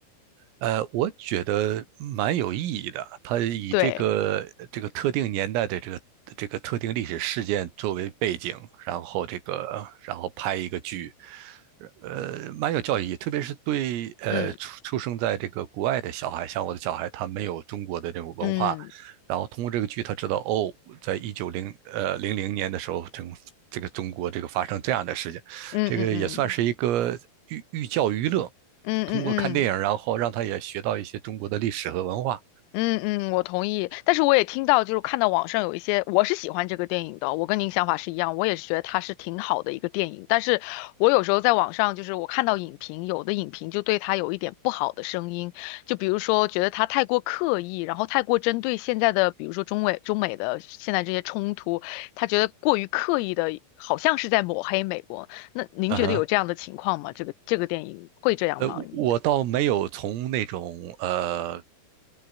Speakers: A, on the right; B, on the left.
A: 呃，我觉得蛮有意义的。他以这个这个特定年代的这个这个特定历史事件作为背景，
B: 对，
A: 然后这个然后拍一个剧，呃，蛮有教育意义。特别是对呃出出生在这个国外的小孩，
B: 嗯
A: 像我的小孩，他没有中国的这种文化，
B: 嗯
A: 然后通过这个剧，他知道哦，在一九零呃零零年的时候，整这个中国这个发生这样的事情，
B: 嗯嗯嗯嗯
A: 这个也算是一个寓寓教于乐。
B: 嗯嗯嗯嗯。
A: 通过看电影，然后让他也学到一些中国的历史和文化。
B: 嗯嗯，我同意。但是我也听到，就是看到网上有一些，我是喜欢这个电影的，我跟您想法是一样，我也是觉得它是挺好的一个电影。但是我有时候在网上，就是我看到影评，有的影评就对它有一点不好的声音，就比如说觉得它太过刻意，然后太过针对现在的，比如说中美中美的现在这些冲突，他觉得过于刻意的，好像是在抹黑美国。那您觉得有这样的情况吗？
A: 嗯哼，
B: 这个这个电影会这样吗？
A: 呃，
B: 您觉得？
A: 我倒没有从那种呃